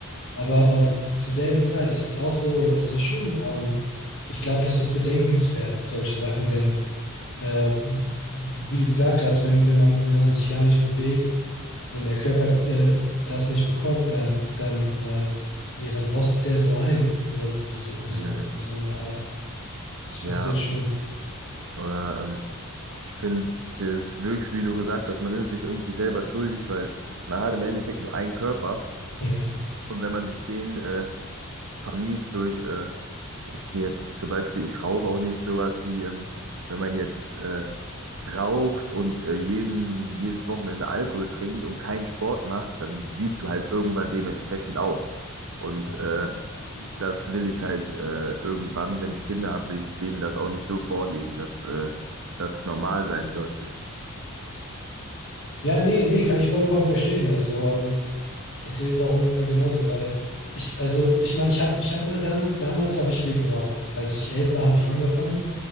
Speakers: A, on the left; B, on the right.
A: Aber ähm, zur selben Zeit ist es auch so, es ist schon, ähm, ich glaube, das ist bedenkenswert, solche Sachen, denn äh, wie du gesagt hast, wenn, wenn man, wenn man sich gar nicht bewegt, wenn der Körper äh, das nicht bekommt, dann, dann, äh, ja, dann rostet der so ein oder so, so,
B: Mhm.
A: so in der Art. Das passiert
B: Ja,
A: schon.
B: oder ähm, Ich finde, das ist wirklich, wie du gesagt hast, man ist sich irgendwie selber schuldig, weil man hat im Endeffekt nur einen Körper
A: Mhm.
B: und wenn man sich den äh, vermiest durch, äh, ich gehe jetzt zum Beispiel, ich rauche auch nicht sowas wie, ähm, wenn man jetzt äh, raucht und äh, jeden, jedes Wochenende Alkohol trinkt und keinen Sport macht, dann siehst du halt irgendwann dementsprechend aus. Und
A: Ja.
B: äh, das will ich halt äh, irgendwann, wenn ich Kinder habe, will ich denen das auch nicht so vorleben, dass äh, das normal sein soll.
A: Ja, nee, nee, kann ich vollkommen verstehen. Also, ähm, ich sehe das auch ungefähr genauso, weil ich, also, ich meine, ich habe, ich habe mal damals, damals habe ich viel geraucht. Als ich elf war, habe ich angefangen.